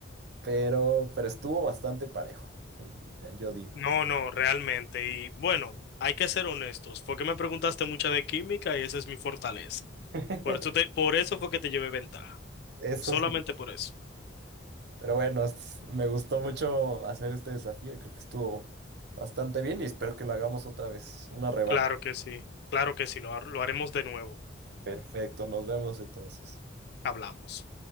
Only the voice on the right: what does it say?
Pero, pero estuvo bastante parejo, y- eh, yo digo.
<laughs>
Eso
sí.
Pero bueno, es- me gustó mucho hacer este desafío. Creo que estuvo bastante bien y espero que lo hagamos otra vez. Una revancha.
Perfecto, nos vemos entonces.